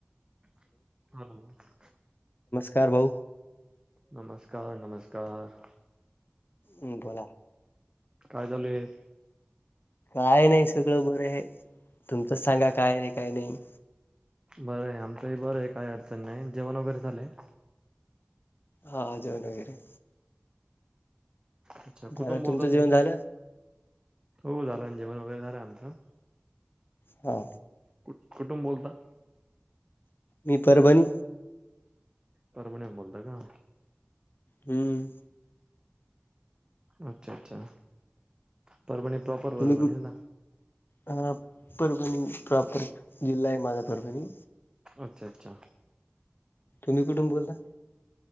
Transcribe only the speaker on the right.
ह
नमस्कार नमस्कार
काय चालूय
बरं आहे आमचंही बरं आहे काय अडचण नाही जेवण वगैरे झालंय
अच्छा
कुठुून बोलता
तुम्ही
हो झालं जेवण वगैरे झालं आमचं
कु कुटुंब बोलता
परभणे बोलता का
अच्छा अच्छा तररप प्रॉपर
वर भस
ना
अच्छा अच्छा